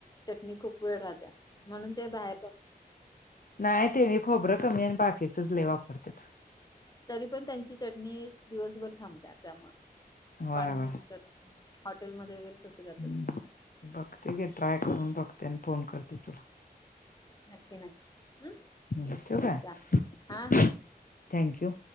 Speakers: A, on the left; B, on the left.
A: चटणी खूप वेळ राहत्या म्हणून ते बाहेर
B: नाय ते मी खोबरं कमी आणि बाकीचच लय वापरत्यात.
A: तरी पण त्यांची चटणी दिवसभर थांबते त्यामुळ
B: होय
A: पाणी
B: होय
A: युज कर हॉटेलमध्ये वगैरे तसं करतात
B: हम्म बघते की ट्राय करून बघते आणि फोन करते तुला
A: नक्की नक्की हम्म
B: हं ठेव काय
A: चालेल हा हा
B: थँक यू